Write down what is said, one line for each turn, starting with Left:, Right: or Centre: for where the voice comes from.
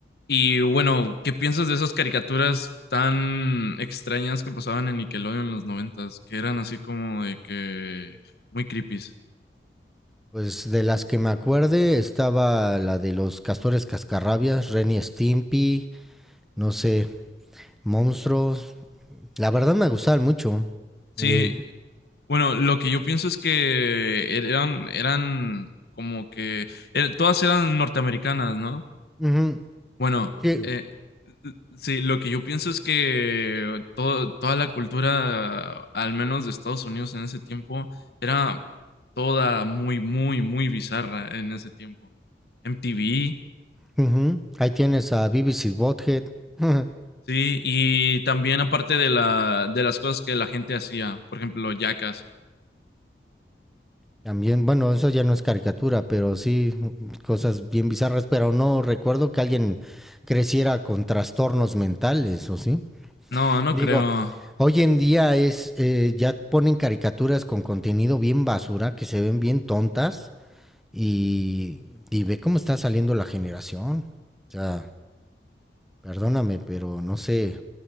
Left: Y bueno, ¿qué piensas de esas caricaturas tan extrañas que pasaban en Nickelodeon en los noventas? Que eran así como de que muy creepies.
Centre: Pues de las que me acuerde estaba la de los castores cascarrabias, Ren y Stimpy, no sé, monstruos. La verdad me gustaban mucho.
Left: Sí,
Centre: Eh,
Left: bueno, lo que yo pienso es que eran, eran como que eh, todas eran norteamericanas, ¿no?
Centre: ujú,
Left: Bueno,
Centre: sí,
Left: eh, sí, lo que yo pienso es que todo- toda la cultura, al menos de Estados Unidos en ese tiempo, era toda muy, muy, muy bizarra en ese tiempo. MTV,
Centre: mm, ujú. Ahí tienes a Beavis y Butthead. <laughs>
Left: sí, y también aparte de la, de las cosas que la gente hacía, por ejemplo, Jackass.
Centre: También, bueno, eso ya no es caricatura, pero sí mm, cosas bien bizarras, pero no recuerdo que alguien creciera con trastornos mentales, ¿o sí?
Left: No, no
Centre: Digo,
Left: creo.
Centre: hoy en día es, eh, ya ponen caricaturas con contenido bien basura, que se ven bien tontas y, y ve cómo está saliendo la generación. O sea, perdóname, pero no sé,